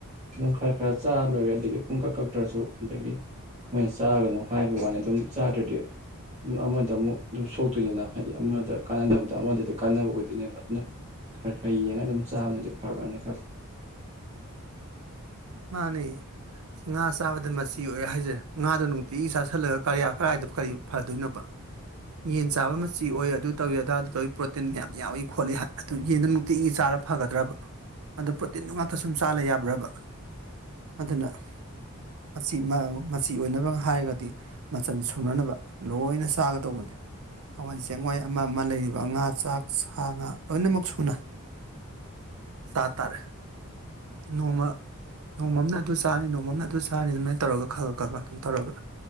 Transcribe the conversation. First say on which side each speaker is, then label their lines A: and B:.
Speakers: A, on the right; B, on the right.
A: ꯑꯗꯨꯝ ꯈꯔ ꯈꯔ ꯆꯥꯔ ꯂꯣꯏꯔꯦ ꯑꯗꯒꯤ ꯄꯨꯡ ꯀꯛ ꯀꯛꯇ꯭ꯔꯁꯨ ꯑꯗꯒꯤ ꯃꯣꯏꯅ ꯆꯥꯒꯅꯨ ꯍꯥꯏꯕ ꯋꯥꯅꯤ ꯑꯗꯨꯝ ꯆꯥꯗ꯭ꯔꯗꯤꯝ ꯑꯃꯗ ꯑꯃꯨꯛ ꯑꯗꯨꯝ ꯁꯣꯛꯇꯣꯏꯅꯤꯅ ꯍꯥꯏꯗꯤ ꯑꯃꯗ ꯀꯥꯟꯅꯗꯕꯗ ꯑꯃꯗꯗꯤ ꯀꯥꯟꯅꯕ ꯑꯣꯏꯗꯣꯏꯅꯦꯕ ꯑꯗꯨꯅ ꯈꯔ ꯈꯔ ꯌꯦꯡꯉꯒ ꯑꯗꯨꯝ ꯆꯥꯕꯅꯗꯤ ꯐꯥꯔꯃꯔꯅ ꯈꯜꯂꯤ
B: ꯃꯥꯅꯦ ꯉꯥ ꯆꯥꯕꯗ ꯃꯆꯤ ꯑꯣꯏ ꯍꯥꯏꯖꯁꯔꯦ ꯉꯥꯗꯣ ꯅꯨꯡꯇꯤꯒꯤ ꯆꯥꯥꯁꯜꯂꯒ ꯀꯔꯤꯌꯥ ꯀꯗꯥꯏꯗ ꯀꯔꯤ ꯐꯗꯣꯏꯅꯣꯕ ꯌꯦꯟ ꯆꯥꯕ ꯃꯆꯤ ꯑꯣꯏ ꯑꯗꯨ ꯇꯧꯋꯏ ꯑꯗꯥꯗꯨ ꯇꯧꯏ ꯄ꯭ꯔꯣꯇꯤꯟ ꯃꯌꯥꯝ ꯌꯥꯎꯏ ꯈꯣꯠꯂꯤ ꯑꯗꯨ ꯌꯦꯟꯗꯨꯣ ꯅꯨꯡꯇꯤꯒꯤ ꯆꯥꯔ ꯐꯒꯗ꯭ꯔꯕ ꯑꯗꯨ ꯄ꯭ꯔꯣꯇꯤꯟꯗꯨ ꯉꯥꯛꯇ ꯁꯨꯝ ꯆꯥꯂ ꯌꯥꯕ꯭ꯔꯕ ꯑꯗꯨꯅ ꯃꯆꯤ ꯃꯆꯤ ꯑꯣꯏꯅꯕ ꯍꯥꯏꯔꯒꯗꯤ ꯃꯆꯜ ꯁꯨꯅꯅꯕ ꯂꯣꯏꯅ ꯆꯥꯒꯗꯧꯕꯅꯤ ꯍꯋꯥꯏ ꯆꯦꯡꯋꯥꯏ ꯑꯃ ꯑꯃ ꯂꯩꯔꯤꯕ ꯉꯥ ꯆꯥꯛ ꯁꯥ ꯉꯥ ꯂꯣꯏꯅꯃꯛ ꯁꯨꯅ ꯆꯥ ꯇꯥꯔꯦ ꯅꯣꯡꯃ ꯅꯣꯡꯃꯝꯅ ꯑꯗꯨ ꯆꯥꯔꯅꯤ ꯅꯣꯡꯃꯝꯅ ꯑꯗꯨ ꯆꯥꯔꯅꯤ ꯑꯗꯨꯃꯥꯏꯅ ꯇꯧꯔꯒ ꯈꯒ ꯈꯒ ꯑꯗꯨꯝ ꯇꯧꯔꯒ